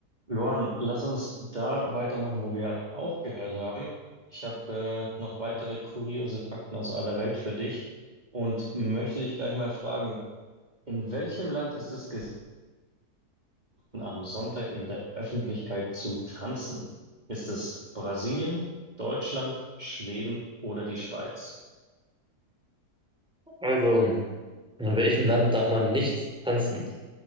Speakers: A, on the right; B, in the centre.
A: Luan, lass uns da weitermachen, wo wir aufgehört haben. Ich habe äh, noch weitere kuriose Fakten aus aller Welt für dich und möchte dich gleich mal fragen, in welchem Land ist es geboten, am Sonntag in der Öffentlichkeit zu tanzen? Ist es Brasilien, Deutschland, Schweden oder die Schweiz?
B: Also, in welchem Land darf man nicht tanzen?